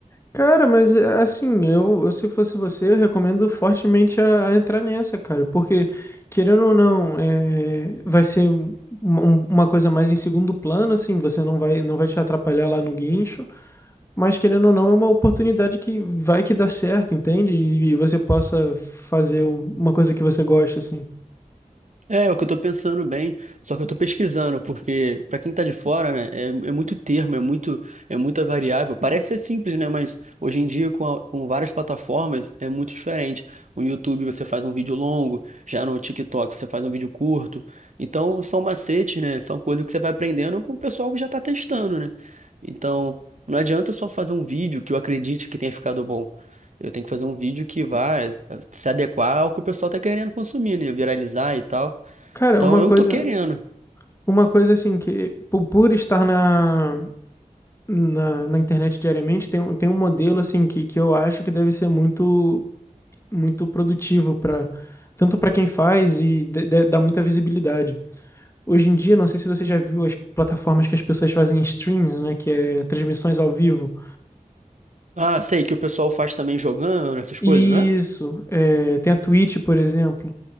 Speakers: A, on the left; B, on the right.
A: Cara, mas é, assim, eu, eu se fosse você, eu recomendo fortemente a, a entrar nessa, cara, porque, querendo ou não, é, vai ser um- um- uma coisa mais em segundo plano, assim, você não vai, não vai te atrapalhar lá no guincho, mas querendo ou não, é uma oportunidade que vai que dá certo, entende? E, e você possa fazer um- uma coisa que você gosta, assim.
B: É, é o que eu tô pensando bem, só que eu tô pesquisando, porque pra quem tá de fora, né, é, é muito termo, é muito, é muita variável. Parece ser simples, né, mas hoje em dia com, a- com várias plataformas é muito diferente. No YouTube você faz um vídeo longo, já no TikTok você faz um vídeo curto. Então são macetes, né, são coisas que você vai aprendendo com o pessoal que já tá testando, né? Então não adianta só fazer um vídeo que eu acredite que tenha ficado bom. Eu tenho que fazer um vídeo que vá eh, se adequar ao que o pessoal tá querendo consumir, né? Viralizar e tal.
A: Cara,
B: Então
A: uma
B: eu
A: coisa,
B: tô querendo.
A: uma coisa assim, que por, por estar na na, na internet diariamente, tem, um- tem um modelo assim que, que eu acho que deve ser muito muito produtivo para tanto para quem faz e dê- dê- dá muita visibilidade. Hoje em dia, não sei se você já viu as plataformas que as pessoas fazem streams, né? Que é transmissões ao vivo.
B: Ah, sei que o pessoal faz também jogando, essas
A: Isso,
B: coisas, não é?
A: é, tem a Twitch, por exemplo.